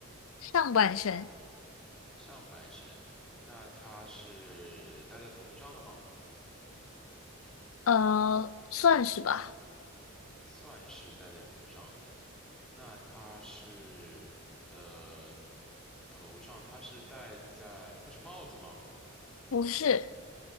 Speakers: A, on the left; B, in the centre.
A: 上半身，
B: 上半身，那它是戴在头上的吗？
A: 呃，算是吧，
B: 算是戴在头上的。那它是呃，头上它是戴在，它是帽子吗？
A: 不是，